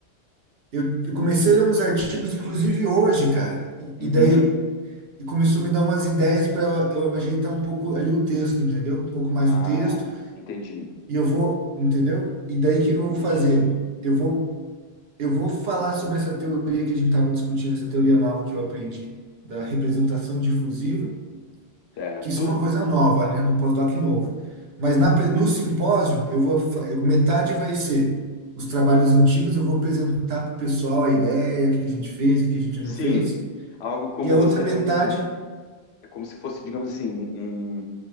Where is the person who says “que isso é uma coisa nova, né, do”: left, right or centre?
Right